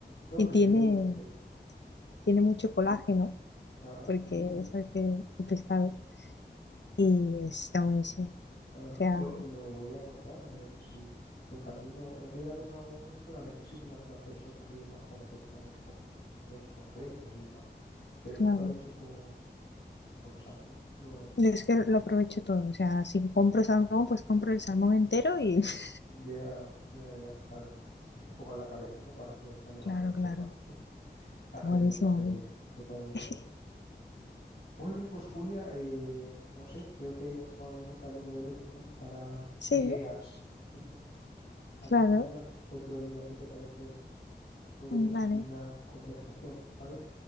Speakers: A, on the left; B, on the left.
A: No
B: Y
A: te
B: tiene,
A: creo, te creo.
B: tiene mucho colágeno,
A: Ajá,
B: porque
A: sí, sí,
B: es
A: sí.
B: el, que- el pescado, y está buenísimo.
A: Ah,
B: O sea,
A: lo, lo voy a anotar, a ver si, porque a mí no, es verdad que no hago mucho, pero a veces sí me da por hacer sopas y demás con efectivamente con, pues eso, con restos y demás, pero
B: claro,
A: nunca lo he hecho con, con salmón. Lo,
B: es que lo aprovecho todo. O sea, si compro salmón, pues compro el salmón entero y... <laughs>
A: ya, ya, ya, claro. Y que te pongan la cabeza, ¿no? Para aprovecharlo
B: Claro,
A: para la sopa.
B: claro,
A: Haces
B: está buenísimo,
A: bien, haces
B: hombre.
A: bien, totalmente.
B: <laughs>
A: Bueno, pues Julia, eh, no sé, creo que hemos tomado nota el uno del otro, ¿no? Para
B: Sí.
A: ideas. <laughs> Así
B: Claro,
A: que nada, otro día, si te parece. podemos
B: vale.
A: seguir la conversación, ¿vale?